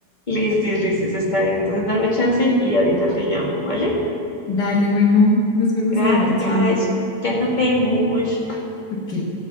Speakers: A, on the left; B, on the left.
A: Listis, listis, está bien. Entonces dame chance y ahorita te llamo, ¿vale?
B: Dale, bueno, nos vemos
A: Gracias,
B: ahora, chao.
A: ya nos vemos.
B: Ok.